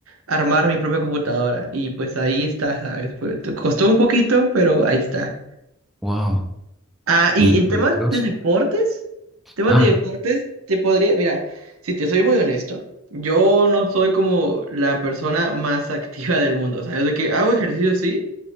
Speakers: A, on the right; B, in the centre.
A: armar mi propia computadora. Y pues ahí está, ¿sabes? Fue- te costó un poquito, pero ahí está.
B: Wow.
A: Ah, y
B: ¿Y videojuegos?
A: en temas de deportes, temas
B: Ah,
A: de deportes, te podría, mira, si te soy muy honesto, yo no soy como la persona más <laughs> activa del mundo. O sea, de que hago ejercicio sí,